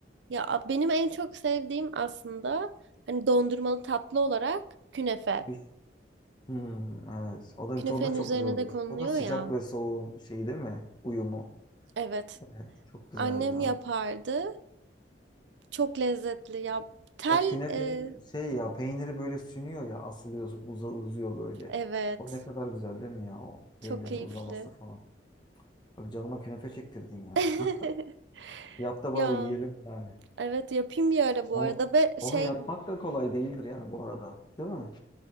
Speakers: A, on the right; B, on the left.
A: Ya a- benim en çok sevdiğim aslında hani dondurmalı tatlı olarak künefe.
B: Bir... Hmm, evet. O da,
A: Künefenin
B: o da çok
A: üzerine
B: güzel olur.
A: de konuluyor
B: O da sıcak
A: ya.
B: ve soğuğun şeyi değil mi? Uyumu.
A: Evet.
B: Evet çok güzel
A: Annem
B: ya.
A: yapardı. Çok lezzetli ya. Tel
B: O künefenin
A: e,
B: şey ya peyniri böyle sünüyor ya asılıyorsun uza, uzuyor böyle.
A: evet.
B: O ne kadar güzel değil mi ya o peynirin
A: Çok keyifli.
B: uzaması falan. Böyle canıma künefe çektirdin ya.
A: <laughs>
B: <laughs> Yap da
A: Ya
B: bari yiyelim yani.
A: Evet yapayım bir ara bu
B: Onu
A: arada ve şey
B: onu yapmak da kolay değildir yani bu arada. Değil mi?